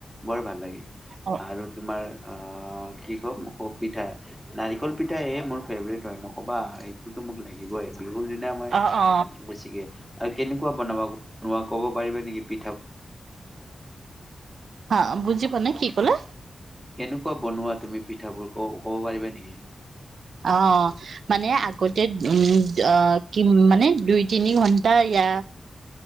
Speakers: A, in the centre; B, on the right (about 80°).
A: বৰ ভাল লাগে,
B: অ
A: আৰু তোমাৰ। অঁ। কি ক'ম পিঠা নাৰিকল পিঠা এই। মোৰ ফেভৰেট হয়, নক'বা। তো মোক লাগিবই বিহুৰ দিনা মই
B: অ অ
A: বৈছিকে <unintelligible> কেনেকুৱা বনাবা বনোৱা ক'ব পাৰিবা। নেি <unintelligible>
B: হা বুজি পোৱা নাই কি ক'লে।
A: কেনেকুৱা বনোৱা তুমি পিঠাবোৰ কব পাৰিবা নেকি।
B: অ মানে আগতে। উম অ কি মানে। দুই তিনি ঘন্টা ইয়য়া